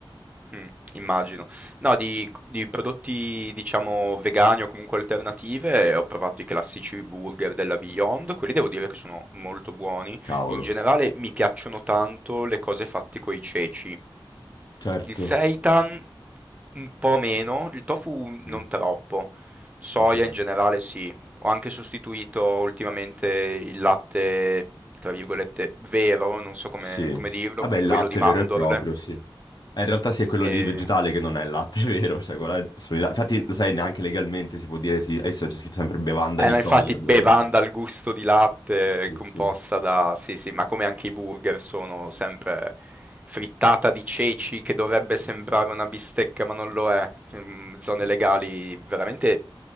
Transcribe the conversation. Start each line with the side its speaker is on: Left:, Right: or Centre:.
Right: Mh, immagino. No, di di prodotti, diciamo, vegani o comunque alternative, ho provato i classici burger della Beyond, quelli devo dire che sono molto buoni.
Left: Cavolo.
Right: In generale mi piacciono tanto le cose fatte coi ceci.
Left: Certo.
Right: Il seitan un po' meno, il tofu non
Left: Mm,
Right: troppo. Soia
Left: ok.
Right: in generale sì. Ho anche sostituito ultimamente il latte, tra virgolette, "vero", non so come
Left: Sì,
Right: come
Left: sì.
Right: dirlo,
Left: Vabbè,
Right: con
Left: il
Right: quello
Left: latte
Right: di mandorle.
Left: vero e Certo. proprio, sì. Eh, in realtà sì, è quello
Right: E
Left: di vegetale che non è il latte <laughs> vero. Cioè, quello è solo il la- Infatti, lo sai, neanche legalmente
Right: Sì.
Left: si può dire sì. Adesso c'è scritto sempre bevanda
Right: Eh
Left: di
Right: no,
Left: soia.
Right: infatti
Left: Bevanda
Right: bevanda
Left: di...
Right: al gusto di latte
Left: Sì,
Right: composta da sì, sì, ma come anche i burger sono sempre frittata di ceci che dovrebbe sembrare una bistecca, ma non lo è. Mhmm, zone
Left: sì.
Right: legali veramente